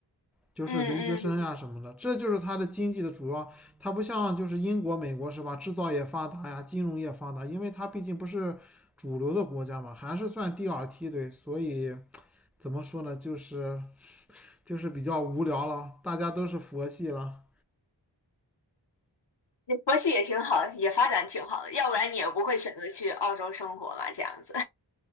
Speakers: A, in the centre; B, on the left.
A: 就是留学生呀、
B: 嗯嗯，
A: 什么的，这就是它的经济的主要。它不像就是英国、美国是吧？制造业发达呀，金融业发达，因为它毕竟不是主流的国家嘛，还是算第二梯队，所以怎么说呢？就是就是比较无聊了，大家都是佛系了。
B: 也佛系也挺好，也发展挺好的，要不然你也不会选择去澳洲生活嘛，这样子